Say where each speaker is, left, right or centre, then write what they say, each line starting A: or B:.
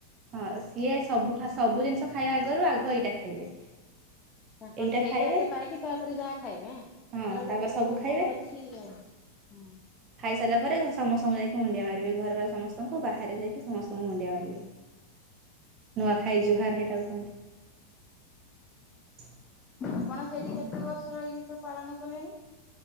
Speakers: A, on the right (about 35°); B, on the left (about 25°).
A: ହଁ ସିଏ ସବୁ ସବୁ ଜିନିଷ ଖାଇବା ଆଗରୁ ଆଗ ଏଇଟା ଖାଇବେ।
B: ତାଙ୍କର
A: ଏଇଟା
B: ସେଇଟା
A: ଖାଇବେ
B: ଆଗେ ପାଇକି ତାପରେ ଯାହା ଖାଇବେ ଆଁ ଏଣ
A: ହଁ
B: ଗୋଟେ
A: ତାପରେ
B: ତାଙ୍କର
A: ସବୁ ଖାଇବେ
B: କଣ ଅଛି ଆଉ ହଁ।
A: ସାରିଲ ପରେ ସମସ୍ତଙ୍କୁ ଯାଇକି ମୁଣ୍ଡିଆ ମାରିବେ ଘରର ସମସ୍ତଙ୍କୁ ବାହାରେ ଯାଇକି ସମସ୍ତଙ୍କୁ ମୁଣ୍ଡିଆ ମାରିବେ। ନୁଆଖାଇ
B: ଉଁ ହୁଁ।
A: ଜହାର ହେଟାକୁ କହନ୍ତି।
B: ଆପଣ ସେଇଠି କେତେ ବର୍ଷ ର ଇ ସବୁ ପାଳନ କଲେଣି?